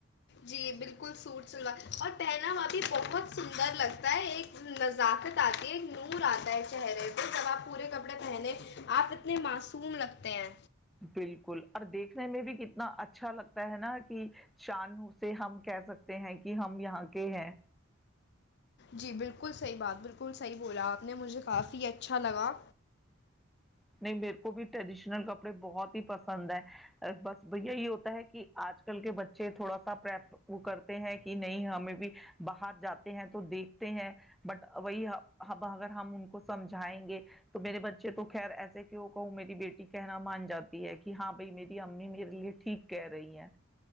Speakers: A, on the left; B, in the centre.
A: جی بالکل سوٹ سلوار اور پہنا وہا بھی بہت سندر لگتا ہے ایک نزاکت آتی ہے ایک نور آتا ہے چہرے پ جب آپ پورے کپڑے پہنے آپ اتنے معصوم لگتے ہیں
B: بالکل اور دیکھنے میں بھی کتنا اچھا لگتا ہے نا کہ شان سے ہم کہہ سکتے ہیں کہ ہم یہاں کے ہیں
A: جی بالکل صحیح بات بالکل صحیح بولا آپ نے مجھے کافی اچھا لگا
B: نہیں میرے کو بھی ٹریڈیشنل کپڑے بہت ہی پسند ہے بس یہی ہوتا ہے کہ آج کل کے بچے تھوڑا سا پرف کرتے ہیں کہ نہیں ہمیں بھی باہر جاتے ہیں تو دیکھتے ہیں بٹ وہی اگر ہم ان کو سمجھائیں گے تو میرے بچے تو خیر ایسے کیوں کہوں میری بیٹی کہنا مان جاتی ہے کہ ہاں بھائی میری امی میرے لیے ٹھیک کہہ رہی ہیں